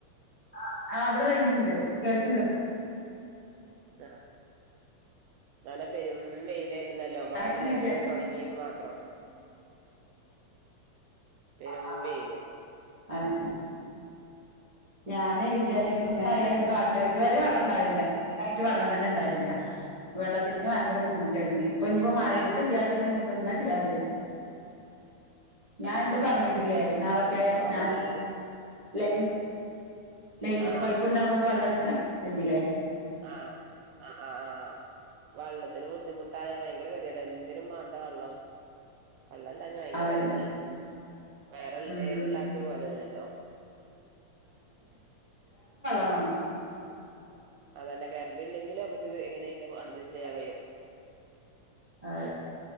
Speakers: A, on the right; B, on the right.
A: ആ ആ അവിടെ റേഞ്ച് ഇണ്ട് കേൾക്കണ്ട്
B: ആ ഇന്നലെ പെരും വെയില ല്ലോ മഴ
A: ഇങ്ങനെ
B: നേരത്തെ
A: വിചാ
B: തുടങ്ങിയന്ന് മാത്രം പെരും
A: ആ
B: വെയില്
A: അതന്നെ ഞാനേ വിചാച്ചാ
B: ഉം
A: <unintelligible>
B: ഉം
A: ഇതുവരെ ണ്ടായില്ലായിട്ട് വെള്ളം തന്നെ ഉണ്ടായിരുന്നില്ല വെള്ളത്തിന് ഭയങ്കര ബുദ്ധിമുട്ടായിരുന്നു ഇപ്പൊ ഇനിയിപ്പോ മഴയും
B: ഏഹ്
A: കൂടെ ഇല്ലാതിരുന്ന ഇനിപ്പോ എന്താ ചെയ്യാ വിചാരി ഞാനോട്
B: ആഹ്
A: പറഞ്ഞിരുന്നില്ലേ
B: അതന്നെ
A: ഇാളൊക്കെ
B: ഇപ്പളോ
A: ഞാന്
B: മഴെല്ലാം
A: ല ലൈൻത്തെ
B: ആഹ്
A: പൈപ്പ് ഉണ്ടാവുക കൊണ്ട് വെള്ളം എടുക്കാന്നില്ലേ
B: ആ ആ ആ ആ വെള്ളത്തിന് ബുദ്ധിമുട്ടായ ഭയങ്കര ഗതിട എന്തിനും വണ്ട വെള്ളം വെള്ളം ഇല്ലാഞ്ഞ ഭയങ്കര
A: അതന്നെ
B: ഗതിടല്ലേ വേറെ
A: ഉം
B: ഏത് ഇല്ലാത്ത പോലല്ലല്ലോ
A: ആ
B: അതന്നെ കറണ്ടി ഇല്ലെങ്കിൽ നമുക്ക് ഇത് എങ്ങനെയും അഡ്ജസ്റ്റ് ചെയ്യാൻ കഴിയും
A: അതെ